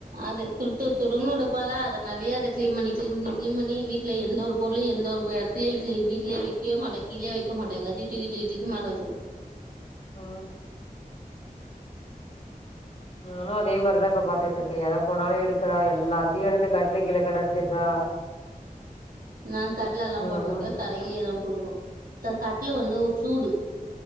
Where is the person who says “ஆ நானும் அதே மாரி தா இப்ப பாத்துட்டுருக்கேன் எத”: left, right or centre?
Left